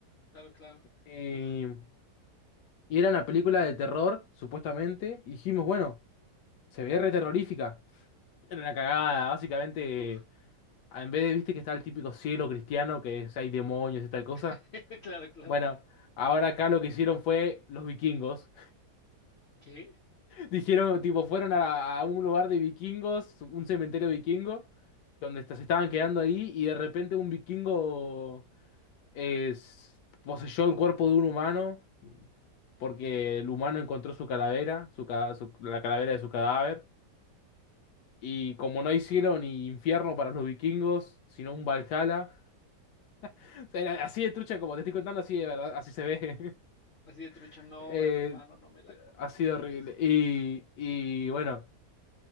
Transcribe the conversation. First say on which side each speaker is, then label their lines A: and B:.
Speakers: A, on the left; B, on the left.
A: claro, claro.
B: Eh,
A: Uf,
B: y era una película de terror, supuestamente. Y dijimos, bueno, se ve re terrorífica. Era una cagada, básicamente.
A: uf,
B: En vez de, viste, que está el típico cielo cristiano, que es- hay demonios y tal cosa.
A: <laughs> claro, claro.
B: Bueno, ahora acá lo que hicieron fue los vikingos.
A: ¿Qué?
B: Dijeron, tipo, fueron a, a un lugar de vikingos, un cementerio vikingo, donde est- se estaban quedando ahí y de repente un vikingo eh, poseyó el cuerpo de un humano porque el humano encontró su calavera, su, ca- su- la calavera de su cadáver. Y como no hay cielo ni infierno para los vikingos, sino un Valhalla, <laughs> o sea, era así de trucha como te estoy contando, así de verdad, así se ve. <laughs>
A: Así de trucho, no,
B: Eh,
A: hermano, no me la contés.
B: ha sido horrible. Y, y bueno.